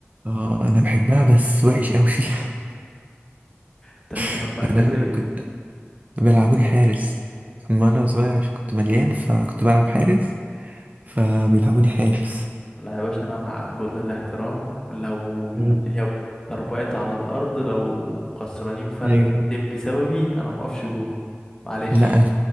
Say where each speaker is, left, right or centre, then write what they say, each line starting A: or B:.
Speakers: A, on the right (about 35°); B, on the left (about 15°).
A: اه أنا بحبها بس وحش أوي فيها
B: انت بتلعب
A: <laughs>
B: مركز
A: أنا
B: ايه
A: كنت بيلعبوني حارس أما أنا صغير عشان كنت مليان فكنت بلعب حارس فبيلعبوني حارس
B: لا يا باشا أنا مع كل الاحترام لو
A: مم.
B: الدنيا طربقت على الأرض لو خسرانين فرق
A: أيوه
B: 200 بسببي أنا مقفش جوه معلش
A: لا أنا